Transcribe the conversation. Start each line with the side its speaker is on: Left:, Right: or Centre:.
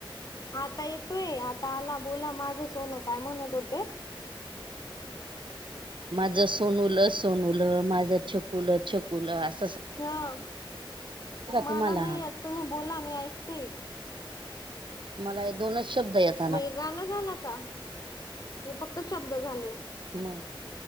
Left: आता येतोय, आता आला बोला माझ सोनं काय म्हणत होते?
Right: माझं सोनूल सोनूल, माझं छकुल छकुल अस.
Left: हन मला
Right: तुम्हाला?
Left: नाही येत, तुम्ही बोला मी ऐकते. ह <inaudible>
Right: मला हे दोनच शब्द येत
Left: मग ये गाणं झालं का? हे फक्त शब्द झाले.
Right: मग